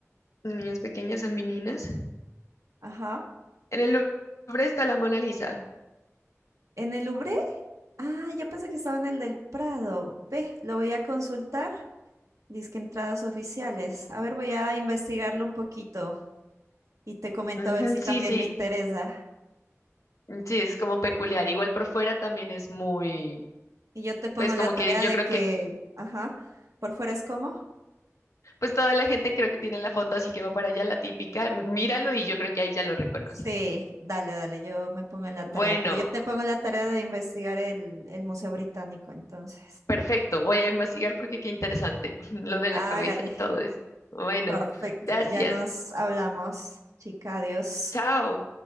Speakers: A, on the left (about 75°); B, on the right (about 85°).
A: niñas pequeñas a meninas,
B: ajá.
A: en el Louvre está la Mona Lisa,
B: En el Louvre Ah, yo pensé que estaba en el del Prado. Ve, lo voy a consultar. Disque entradas oficiales. A ver, voy a investigarlo un poquito y te comento
A: Ujú,
B: a ver si
A: sí,
B: también
A: sí,
B: me interesa.
A: Sí, es como peculiar. Igual por fuera también es muy,
B: Y yo te pongo
A: pues como
B: la tarea
A: que yo
B: de
A: creo
B: que,
A: que,
B: ajá, por fuera es como.
A: pues toda la gente creo que tiene la foto, así que va para allá la típica. m- Míralo y yo creo que ahí ya lo reconoces.
B: Sí, dale, dale, yo me pongo en la tarea,
A: Bueno,
B: pero yo te pongo la tarea de investigar el, el Museo Británico, entonces.
A: perfecto. Voy a investigar porque qué interesante <laughs> lo de
B: Hágale.
A: la cabeza y todo eso. Bueno,
B: Perfecto,
A: gracias.
B: ya nos hablamos, chica, adiós.
A: Chao.